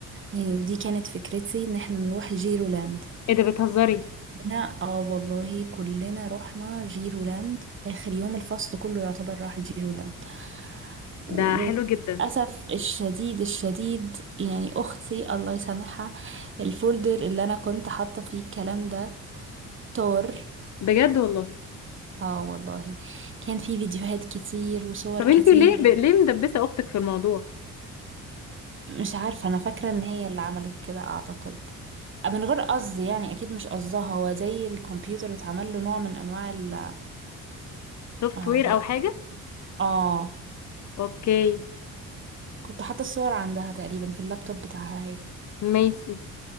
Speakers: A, on the right (about 35°); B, on the left (about 55°).
A: يعني ودي كانت فكرتي ان احنا نروح جيرولاند
B: ايه ده بتهزري
A: هنا اه والله كلنا رحنا جيرولاند اخر يوم الفصل كله يعتبر راح جيرولاند وللاسف
B: ده حلو جدا
A: الشديد الشديد يعني اختي الله يسامحها الفولدر اللي انا كنت حاطه فيه الكلام ده طار
B: بجد والله
A: اه والله كان في فيديوهات كتير وصور
B: طب
A: كتير
B: انتي ليه ب... ليه مدبسه اختك في الموضوع
A: مش عارفة أنا فاكرة إن هي اللي عملت كده أعتقد آه، من غير قصد يعني أكيد مش قصدها هو زي الكمبيوتر اتعمل له نوع من أنواع ال
B: سوفت
A: آم،
B: وير او حاجه
A: آه
B: اوكي
A: كنت حاطة الصور عندها تقريبا في اللابتوب بتاعها هي
B: ماشي